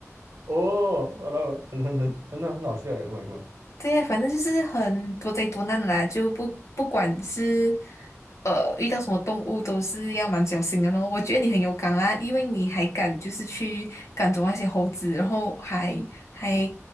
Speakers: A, on the right; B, on the left.
A: 哦，然后很很很很很好笑诶！Oh my god！
B: <laughs> 对呀，反正就是很多灾多难的啦，就不不管是呃遇到什么动物都是要蛮小心的咯。我觉得你很有敢啊，因为你还敢就是去赶走那些猴子，然后还还